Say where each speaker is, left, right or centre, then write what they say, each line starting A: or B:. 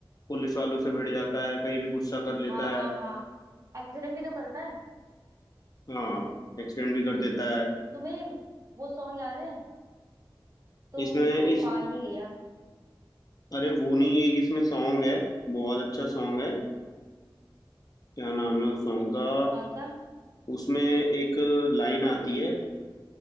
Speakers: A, on the left (about 45°); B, on the right (about 40°).
A: पुलिस वालों से भिड़ जाता है कहीं भी गुस्सा कर लेता
B: हाँ हाँ
A: है
B: हाँ एक्सीडेंट भी तो करता है
A: हाँ एक्सटेंड भी कर देता है
B: तुम्हें वो सॉन्ग याद है तुमको
A: इसमें इस
B: पा ही लिया
A: अरे वो नहीं एक इसमें सॉन्ग है बहुत अच्छा सॉन्ग है क्या नाम है उस सॉन्ग का
B: कौन सा
A: उसमें एक लाइन आती है आ,